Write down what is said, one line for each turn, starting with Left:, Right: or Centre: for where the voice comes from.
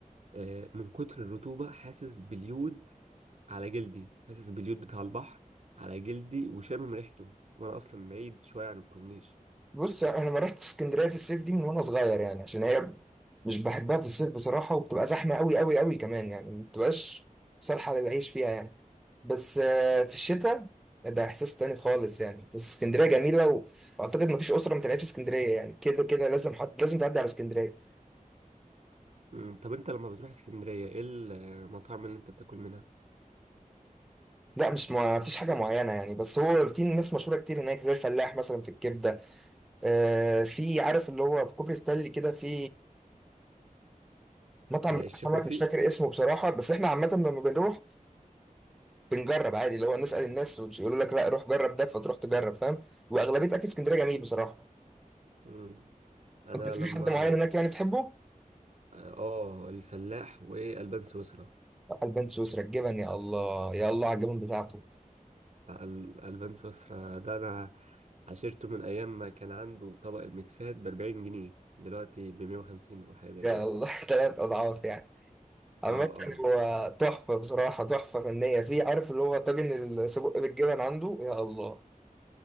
Right: آه، من كتر الرطوبة حاسس باليود على جلدي حاسس باليود بتاع البحر على جلدي وشامم ريحته وانا اصلا بعيد شويه عن الكورنيش
Centre: بص انا ما رحت اسكندريه في الصيف دي من وانا صغير يعني عشان هي مش بحبها في الصيف بصراحه وبتبقى زحمه قوي قوي قوي كمان يعني ما بتبقاش صالحه للعيش فيها يعني بس آه، في الشتاء ده احساس تاني خالص يعني بس اسكندريه جميله و- واعتقد ما فيش اسره ما طلعتش اسكندريه يعني كده كده لازم حد لازم تعدي على اسكندريه
Right: أمم، طب انت لما بتروح اسكندريه ايه المطاعم اللي انت بتاكل منها
Centre: لا مش ما فيش حاجة معينة يعني بس هو في ناس مشهورة كتير هناك زي الفلاح مثلا في الكبدة آه في عارف اللي هو في كوبري ستانلي كده في مطعم
Right: آه،
Centre: بتاع
Right: الشيخ
Centre: سمك
Right: وفيق
Centre: مش فاكر اسمه بصراحة بس احنا عامة لما بنروح بنجرب عادي اللي هو نسأل الناس ويقولوا لك لا روح جرب ده فتروح تجرب فاهم وأغلبية أكل اسكندرية جميل بصراحة
Right: أمم، انا
Centre: أنت في
Right: لما
Centre: حد معين هناك يعني بتحبه؟
Right: اه آه، الفلاح والبان سويسرا
Centre: البان سويسرا الجبن يا الله يا الله على الجبن بتاعته
Right: بتاع ال- البان سويسرا ده انا عشرته من ايام ما كان عنده طبق المكسات ب 40 جنيه دلوقتي ب 150 او حاجه زي
Centre: يا
Right: كده
Centre: الله <laughs> ثلاث أضعاف يعني عامة
Right: اه
Centre: هو تحفة بصراحة تحفة فنية في عارف اللي هو طاجن
Right: اه
Centre: السجق بالجبن عنده يا الله